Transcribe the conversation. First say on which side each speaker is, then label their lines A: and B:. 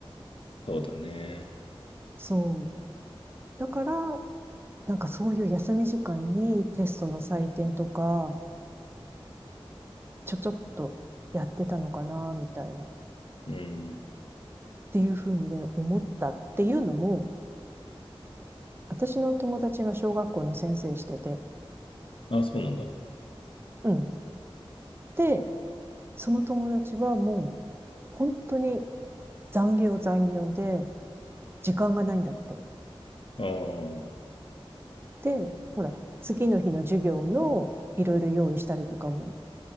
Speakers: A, on the left; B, on the right.
A: そうだね。
B: そう。だから、なんかそういう休み時間にテストの採点とか、ちょちょっとやってたのかな、みたいな。っ
A: うん。
B: ていうふうにね、思ったっていうのも、私の友達が小学校の先生してて、
A: あ、そうなんだ。あ
B: うん。で、その友達はもう、本当に残業残業で、時間がないんだって。
A: あ、う
B: で、ほら、次の日の授業のいろいろ用意したりとかも